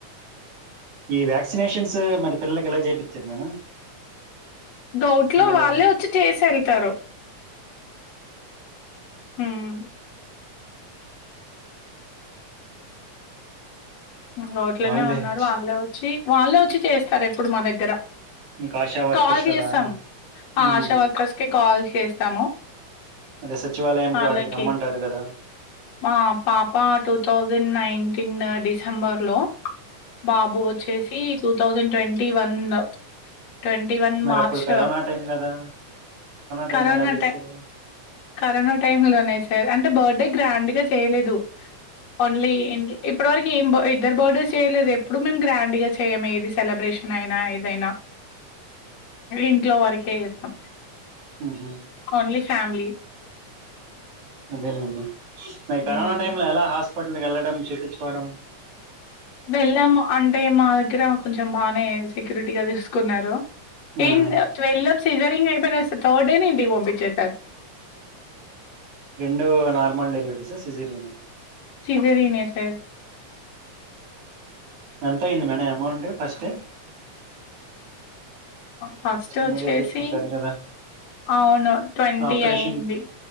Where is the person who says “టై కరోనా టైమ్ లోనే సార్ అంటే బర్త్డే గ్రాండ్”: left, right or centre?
Left